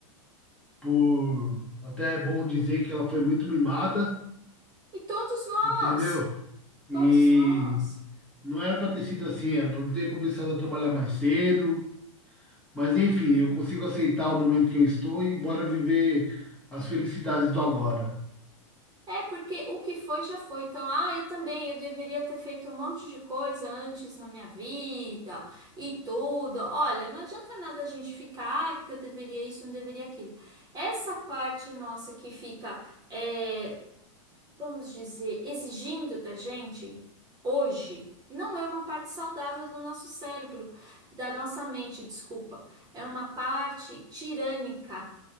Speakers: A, in the centre; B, on the right (about 20°).
A: por até é bom dizer que ela foi muito mimada,
B: E todos nós,
A: entendeu? E
B: todos nós.
A: não era para ter sido assim, era para ter começado a trabalhar mais cedo. Mas enfim, eu consigo aceitar o momento que eu estou e bora viver as felicidades do agora.
B: É porque o que foi já foi. Então, ah, eu também, eu deveria ter feito um monte de coisa antes na minha vida e tudo. Olha, não adianta nada a gente ficar, ah, porque eu deveria isso, não deveria aquilo. Essa parte nossa que fica, é, vamos dizer, exigindo da gente hoje, não é uma parte saudável do nosso cérebro, da nossa mente, desculpa. É uma parte tirânica